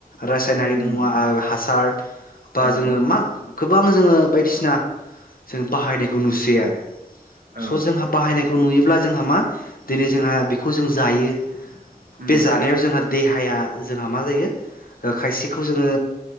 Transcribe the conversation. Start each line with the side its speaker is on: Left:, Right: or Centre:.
Left: रासायनारि
Right: उम
Left: मुवा हासार बा
Right: औ
Left: जोङो मा गोबां जोङो बायदिसिना जों बाहायनायखौ नुसै आरो
Right: औ
Left: स जोंहाब नायखौ नुयोब्ला जोंहा मा दिनै जोंहा बेखौ जों जायो
Right: उम
Left: बे जानायाव जोंहा देहाया जोंहा मा जायो खायसेखौ जोङो